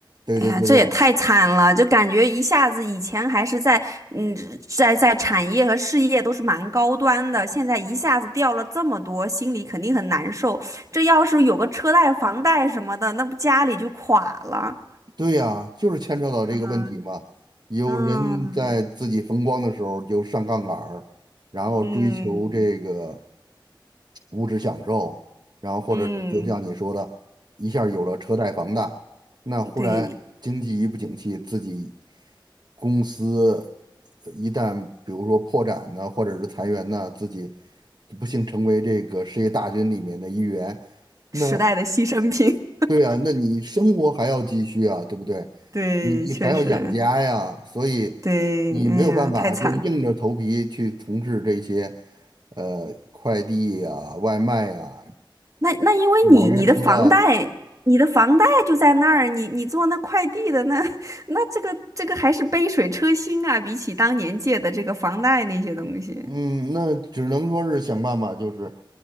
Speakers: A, on the right; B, on the right.
A: 对对对对，
B: 哎呀，这也太惨了，就感觉一下子以前还是在嗯，在在产业和事业都是蛮高端的，现在一下子掉了这么多，心里肯定很难受。这要是有个车贷、房贷什么的，那不家里就垮了。
A: 对呀，就是牵扯到这个问题嘛。
B: 嗯
A: 有人在自己风光的时候就上杠杆儿，
B: 嗯，
A: 然后追求这个
B: 嗯
A: 物质享受，然后或者是就像你说的，
B: 嗯，
A: 一下儿有了车贷、房贷，那忽然经济一不景气，
B: 对，
A: 自己公司呃一旦比如说破产呢，或者是裁员呢，自己不幸成为这个失业大军里面的一员。那。
B: 时代的牺牲品，
A: 对啊，那你生活还要继续啊，对不对？
B: <laughs> 对，
A: 你你还要养家呀，
B: 确实，
A: 所以
B: 对，
A: 你没有办法，
B: 哎呀，太惨了
A: 就是硬着头皮去从事这些，呃，快递呀、外卖呀、
B: 那那因为你你的房贷，
A: 网约车啊，
B: 你的房贷就在那儿，你你做那快递的那 <laughs> 那这个这个还是杯水车薪啊，比起当年借的这个房贷那些东西，
A: 嗯，那只能说是想办法，就是，